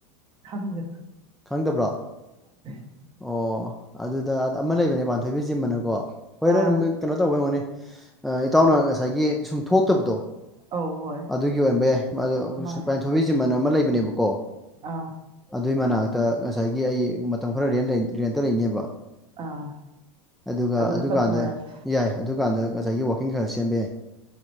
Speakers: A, on the right; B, in the centre.
A: ꯈꯪꯗ‌ꯦ
B: ꯈꯪꯗꯕ꯭ꯔꯣ
A: <inaudible>
B: ꯑꯣ ꯑꯗꯨꯗ ꯑꯃ ꯂꯩꯕꯅꯦ ꯄꯥꯟꯊꯣꯏꯕꯤ ꯖꯤꯝ ꯑꯅꯀꯣ ꯍꯣꯏ
A: ꯑꯥ
B: ꯅꯣꯏ ꯀꯩꯅꯣ ꯇꯧꯕꯩ ꯑꯣꯏꯔꯝꯒꯅꯤ ꯑ ꯏꯇꯥꯎꯅ ꯉꯁꯥꯏꯒꯤ ꯁꯨꯝ ꯊꯣꯛꯇꯕꯗꯣ
A: ꯑꯧ ꯍꯣꯏ
B: ꯑꯗꯨꯒꯤ <unintelligible>
A: ꯃꯥꯅꯦ
B: ꯄꯥꯟꯊꯣꯏꯕꯤ ꯍꯥꯏꯅ ꯑꯃ ꯂꯩꯕꯅꯦꯕꯀꯣ
A: ꯑꯥ
B: ꯑꯗꯨꯏ ꯃꯅꯥꯛꯇ ꯉꯁꯥꯏꯒꯤ ꯑꯩ ꯃꯇꯝ ꯈꯔ ꯔꯦꯟ ꯔ‌ꯦꯟꯇ ꯂꯩꯅꯦꯕ
A: ꯑꯥ
B: ꯑꯗꯨꯒ
A: ꯑꯗꯨꯗ
B: ꯑꯗꯨꯀꯥꯟꯗ
A: ꯇꯧꯊꯔꯁꯦ
B: ꯌꯥꯏ ꯑꯗꯨꯀꯥꯟꯗ ꯉꯁꯥꯏꯒꯤ ꯋꯥꯛꯀꯤꯡ ꯈꯔ ꯆ‌ꯦꯟꯕ ꯌꯥꯏ